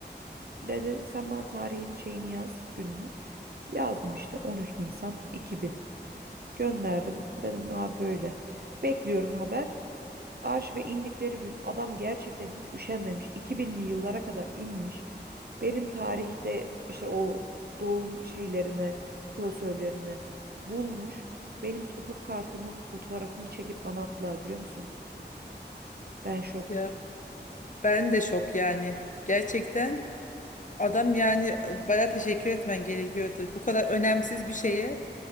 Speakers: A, on the right; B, on the left.
A: Dedi sen bana tarihini şeyini yaz gününü. Yazdım işte 13 Nisan 2000. Gönderdim. Dedim abi böyle. Bekliyorum haber. Arşive indikleri gün adam gerçekten hiç üşenmemiş. 2000'li yıllara kadar inmiş. Benim tarihte işte o doğum şeylerini, klasörlerini bulmuş. Benim topuk kartımın fotoğrafını çekip bana attılar biliyor musun? Ben şok.
B: Ya ben de şok yani. Gerçekten Adam yani baya teşekkür etmen gerekiyordu. Bu kadar önemsiz bir şeye